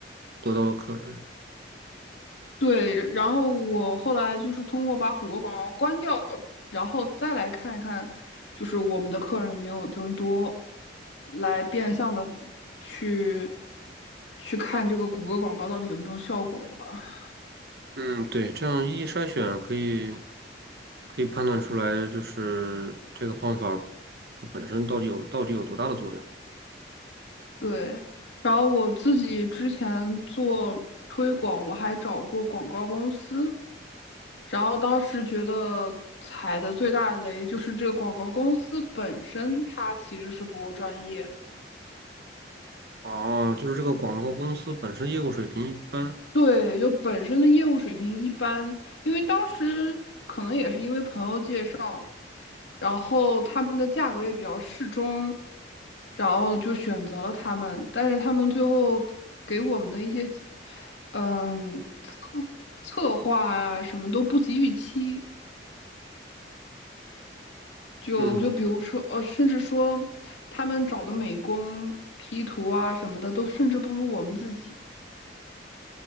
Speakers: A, on the right; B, on the left.
A: 得到了客人。
B: 对。然后我后来就是通过把谷歌广告关掉，然后再来看一看，就是我们的客人有没有增多，来变相的去去看这个谷歌广告到底有没有效果吧。
A: 嗯，对，这样一一筛选可以可以判断出来，就是这个方法它本身到底有到底有多大的作用。
B: 对，然后我自己之前做推广，我还找过广告公司，然后当时觉得踩的最大的雷就是这个广告公司本身它其实是不够专业的，
A: 哦，就是这个广告公司本身业务水平一般。
B: 对，就本身的业务水平一般，因为当时可能也是因为朋友介绍。然后他们的价格也比较适中，然后就选择了他们。但是他们最后给我们的一些，嗯，策策划呀、什么都不及预期。就就比如说，
A: 嗯。
B: 呃，甚至说他们找的美工 P 图啊什么的，都甚至不如我们自己。